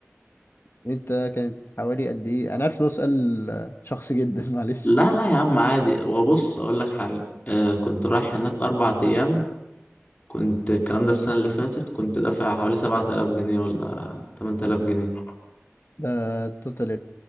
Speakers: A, on the left; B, on the left.
A: أنت كانت حوالي قد إيه أنا عارف إنه سؤال شخصي جدا <laughs> معلش
B: لا لا يا عم عادي هو بص أقول لك حاجة آه، كنت رايح هناك أربع أيام كنت الكلام ده السنة اللي فاتت كنت دافع حوالي سبعة آلاف جنيه ولا تمن آلاف جنيه
A: ده توتال